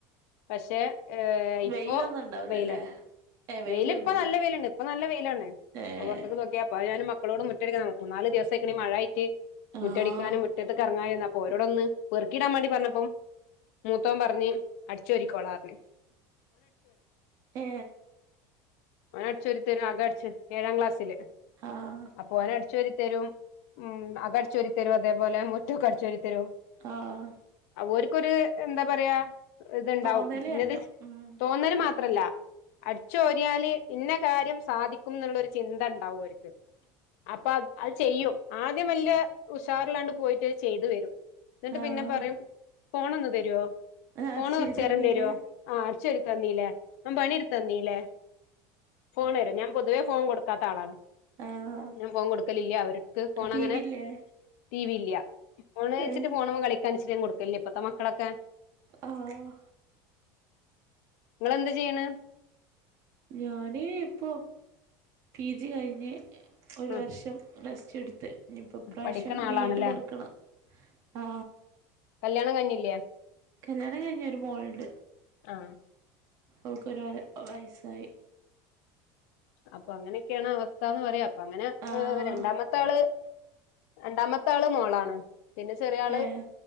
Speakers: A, on the left (about 70°); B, on the right (about 40°).
A: പക്ഷെ ഏ ഇപ്പോ
B: വെയിലൊന്നും ഉണ്ടാവൂലല്ലേ
A: വെയില
B: ഏഹ് വെയിലുണ്ടോ
A: വെയില ഇപ്പൊ നല്ല വെയിലുണ്ട് ഇപ്പൊ നല്ല വെയിലാണ്
B: ഏഹ്
A: പുറത്തക്ക് നോക്കിയാപ്പ ഞനും മ മക്കളോട് മുറ്റ അടി നാല് ദിവസയിക്കണ മഴായിട്ട്
B: ആഹ്
A: മുറ്റടിക്കാനും മുറ്റത്ത് കറ ഓരോടൊന്ന് പെറുക്കിടാൻ വേണ്ടി പറഞ്ഞപ്പം മൂത്തവൻ പറഞ്ഞ് അടിച്ചു വാരിക്കോളാന്ന്
B: ഏ
A: ഓൻ അടിചോരിത്തരും <inaudible> ഏഴാം ക്ലാസ്സില്
B: ആഹ്
A: അപ്പോനടിച്ചാരിതരും ഉം അക ടിച്ചാരിതരും അതേപോലെ മുറ്റക്ക ടിച്ചാരി തരും
B: ആഹ്
A: അ ഒര്ക്കൊര് എന്താ പറയാ ഇത്ണ്ടാവും
B: തോന്നല്
A: ന്നെത്
B: വരണം ഉം
A: തോന്നല് മാത്രല്ല അടിചൊര്യാല് ഇന്നകാര്യം സാധിക്കും ന്ന്ള്ളോരുചിന്ത ഉണ്ടാവു ഒര്ക്ക് അപ്പ അത് ചെയ്യും ആദ്യം വല്യ ഉഷാർ ലൻണ്ട്പോയിട്ട് ചെയ്ത് വരും ന്ന്ട്ട്
B: ആഹ്
A: പിന്നെപറയും ഫോൺ ഒന്ന് തരോ ഫോണ്കൊർചേരംതെരോ
B: അടിച്ചിരി തന്നീലേ
A: ആ അട് ചാരിതന്നീല്ലേ ന പണി തന്നീലെ ഫോണെരോഞ്ഞം പൊതുവേ ഫോകൊട്ക്കാത്തളാണ്
B: ആഹ്
A: ഞാഫോകൊടുക്കലില്യ അവ ക്ക്‌ ഫോണങ്ങനെ
B: ടി വി ഇല്ലേ
A: ടി വി ഇല്ല ഫോണ്
B: ഏഹ്
A: ച്ചിട്ട് ഫോണ് മക കണ്ച്ച്ടാൻ കൊടുക്കല്യ ഇപ്പത്തെ മക്കളെക്കെ
B: ആഹ്
A: ഇങ്ങളെന്താ ചെയ്യ്ണേ
B: ഞാന് ഇപ്പൊ പിജി കഴിഞ്ഞ് ഒരു
A: ആ
B: വർഷം പ്ലസ്റ്റ് ട്ത്ത് ഇഞ്ഞിപ്പ ഇപ്രാവശ്യം
A: പഠിക്കണ
B: ബി
A: ആളാണല്ലേ
B: എഡ് കൊടുക്കണം ആ
A: കല്യാണം കഴിഞ്ഞില്ല്യെ
B: കല്യാണംകഴിഞ് ഒരു മോൾണ്ട്
A: ആ
B: ഓൾക്ക് ഒര് ഒരുവയസ്സായി
A: അപ്പൊഅങ്ങനെയൊക്കെയാണ് അവസ്ഥാന്ന്പറയാ അപ്പൊ അങ്ങനെ
B: ആഹ്
A: ഏ.. രണ്ടാമത്തആള് രണ്ടാമത്താള് മോളാണ് പിന്നെ ചെറിയാള്
B: ഏഹ്